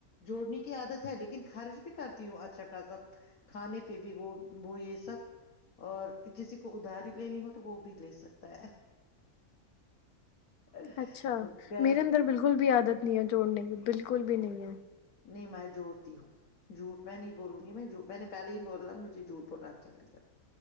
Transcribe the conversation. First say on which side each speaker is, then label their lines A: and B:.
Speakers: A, on the left; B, on the left.
A: جوڑنے کی عادت ہے لیکن خرچ بھی کرتی ہوں اچھا خاصا کھانے پہ بھی وہ وہ یہ سب اور کسی کو ادھاری لینی ہو تو وہ بھی لے سکتا ہے ا
B: اچھا
A: <inaudible>
B: میرے اندر بالکل بھی عادت نہیں ہے جوڑنے کی بالکل بھی نہیں ہے
A: نہیں میں جوڑتی ہوں جھٹ میں نہیں بولوں گی میں میں نے پہلے ہی بولنا مجھے جھوٹ بولناچلےی